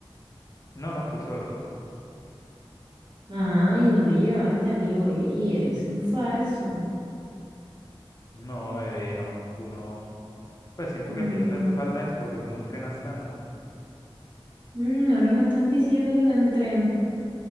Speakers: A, on the left; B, on the right.
A: No, no fui solo, solo.
B: Ah, y no me llevaste, amigo, y eres un falso.
A: No, bebé, no, tú no. Pues siento
B: Mm,
A: que a ti no te hace falta eso porque tú no entrenas tanto.
B: mm, ahora me estás diciendo que no entren.